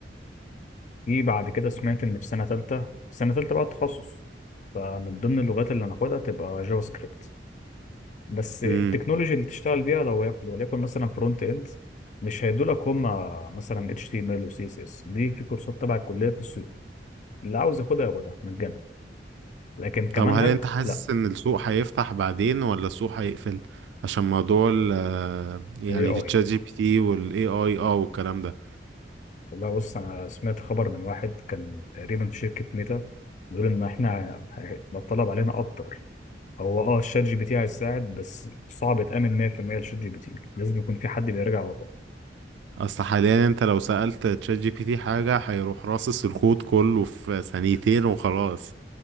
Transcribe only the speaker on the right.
امم
طب هل انت حاسس
ان السوق هيفتح بعدين ولا السوق هيقفل عشان موضوع ال يعني
التشات جي بي تي والاي اي اه والكلام ده
اصل حاليا انت لو سألت تشات جي بي تي حاجة هيروح راصص الكود كله في ثانيتين وخلاص